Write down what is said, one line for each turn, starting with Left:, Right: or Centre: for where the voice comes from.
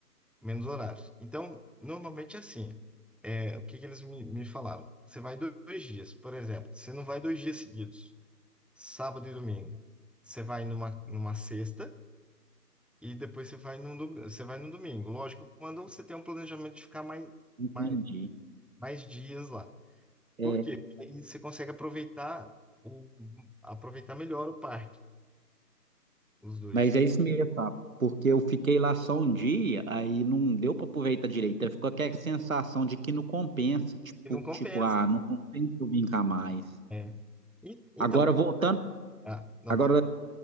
Centre: menos horários. Então, normalmente é assim. É, o que que eles me, me falaram? Você vai do- dois dias, por exemplo. Você não vai dois dias seguidos, sábado e domingo. Você vai numa, numa sexta e depois você vai no, você vai no domingo. Lógico, quando você tem um planejamento de ficar mais,
Right: Entendi.
Centre: mais, mais dias lá.
Right: é
Centre: Por quê? Porque aí você consegue aproveitar, o, aproveitar melhor o parque, os dois.
Right: Mas é isso mesmo, tá? Porque eu fiquei lá só um dia, aí não deu para aproveitar direito. Aí ficou aquela sensação de que não compensa. Tipo,
Centre: E não compensa.
Right: tipo, ah,
Centre: né?
Right: não compensa eu vir cá mais.
Centre: É. E- então,
Right: Agora voltando,
Centre: ah, não
Right: agora,
Centre: posso.